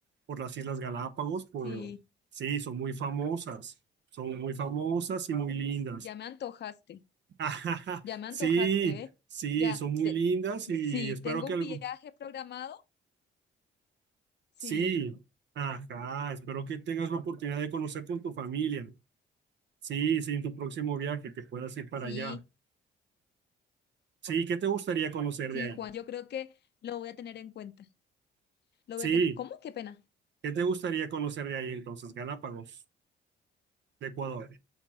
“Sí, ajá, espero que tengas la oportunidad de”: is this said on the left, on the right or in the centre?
Right